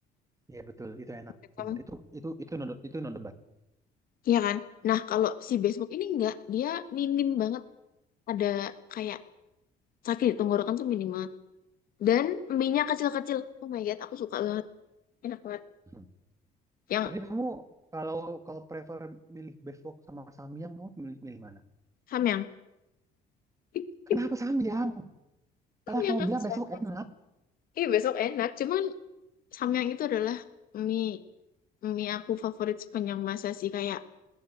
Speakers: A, on the right; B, on the left.
A: Iya betul, itu enak.
B: menurut kamu?
A: Benar. Itu itu itu no, itu no debat.
B: Iya kan nah kalau si besok ini enggak dia minim banget ada kayak sakit di tenggorokan tuh minim banget dan mie-nya kecil-kecil oh my god aku suka banget enak banget
A: Hmm.
B: yang
A: Tapi kamu kalau kalau prefer milih besok sama samyang, kamu milih, milih mana?
B: samyang <laughs>
A: Kenapa samyang? Padahal
B: samyang
A: kamu
B: aku
A: bilang
B: suka
A: besok
B: banget.
A: enak.
B: ih besok enak cuman samyang itu adalah mie mie aku favorit sepanjang masa sih kayak